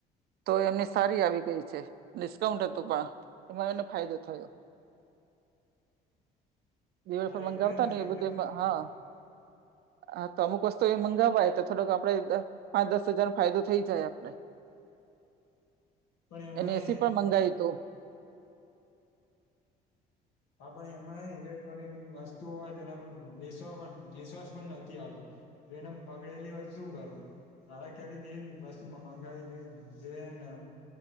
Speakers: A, on the right (about 70°); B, on the left (about 85°).
A: તો એમને સારી આવી ગઈ છે ડિસ્કાઉન્ટ હતું પણ એમાં એનો ફાયદો થયો દિવાળી
B: હા
A: પર
B: એટલે
A: મંગાવતા
B: જ ને
A: એ
B: એટલે
A: બધું
B: <unintelligible>
A: એમાં હા હા તો અમુક વસ્તુ એ મંગાવવાય તો થોડોક આપણે પાંચ દસ હજારનોો ફાયદો થઈ જાય આપડણે
B: <inaudible> એમાં
A: એને એસી પણ મંગાવી હત
B: હા પણ એમાં ને ઇલેક્ટ્રોનિક વસ્તુઓ હોય તેના પણ વિશ્વાસ પણ વિશ્વાસ પણ નથી આવતો એને બગડેલી બધું શું કરું મારા કે વસ્તુ મંગાવી જોઈ જેન